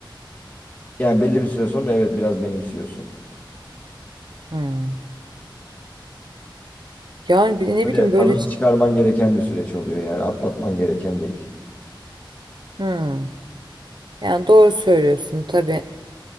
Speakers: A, on the left; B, on the right.
A: Yani belli bir süre sonra evet biraz benimsiyorsun.
B: Hı. Yani bir- ne
A: Böyle
B: bileyim
A: tadını
B: böyle şey.
A: çıkarman gereken bir süreç oluyor yani atlatman gereken değil.
B: Hmm. Yani doğru söylüyorsun tabii.